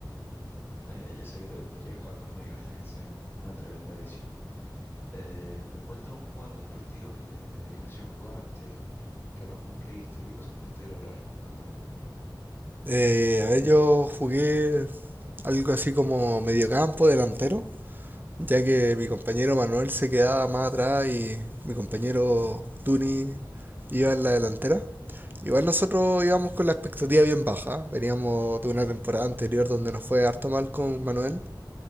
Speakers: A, on the left; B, on the right.
A: Eh, ya sé que te gustaría jugar conmigo, ya que soy una tremenda adición. Eh, pero cuéntame un poco más de tus partidos, eh, de qué posición jugaste, qué rol cumpliste, qué cosas pudiste lograr. Cuéntame, por favor.
B: Eh, a ver, yo jugué algo así como mediocampo, delantero, ya que mi compañero Manuel se quedaba más atrás y mi compañero Tuni iba en la delantera. Igual nosotros íbamos con la expectativa bien baja, veníamos de una temporada anterior donde nos fue harto mal con Manuel